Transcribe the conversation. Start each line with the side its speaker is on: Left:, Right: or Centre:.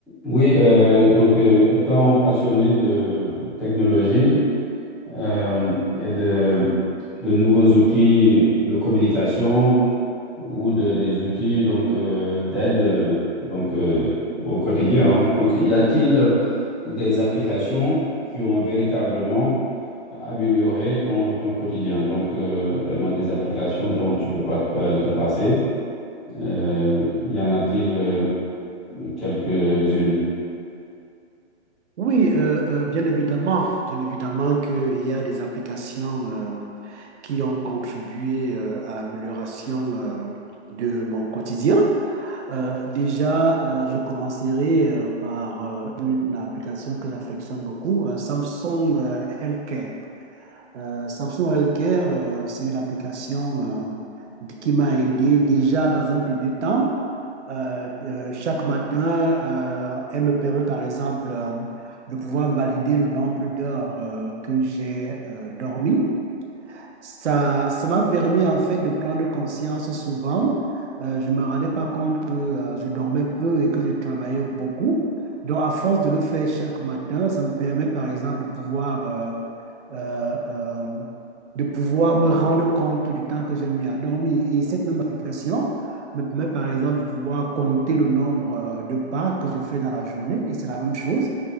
Centre: Oui, euh, donc euh, étant passionné de technologie euh, et de, de nouveaux outils de communication ou de, des outils donc euh, d'aide euh, donc euh, au quotidien, hein. Donc y a-t-il des applications qui ont véritablement amélioré ton, ton quotidien? Donc euh, vraiment des applications dont tu peux pas te te passer. Euh, y en a-t-il euh, Quelques-unes.
Right: Oui, euh, euh, bien évidemment, bien évidemment qu'il y a des applications euh, qui ont contribué euh, à l'amélioration euh, de mon quotidien. Euh, déjà, euh, je commencerai euh, par euh, une application que j'affectionne beaucoup, euh, Samsung euh, Healthcare. Euh, Samsung Healthcare, euh, c'est une application euh, qui m'a aidé déjà dans un premier temps. Euh, euh, chaque matin, euh, elle me permet par exemple euh, de pouvoir valider le nombre d'heures euh, que j'ai euh, dormi. Ça, ça m'a permis en fait de prendre conscience souvent. Euh, je ne me rendais pas compte que euh, je dormais peu et que je travaillais beaucoup. Donc, à force de le faire chaque matin, ça me permet par exemple de pouvoir, euh, euh, euh, de pouvoir me rendre compte du temps que j'ai mis à dormir. Et cette même application me permet par exemple de pouvoir compter le nombre euh, de pas que je fais dans la journée. Et c'est la même chose.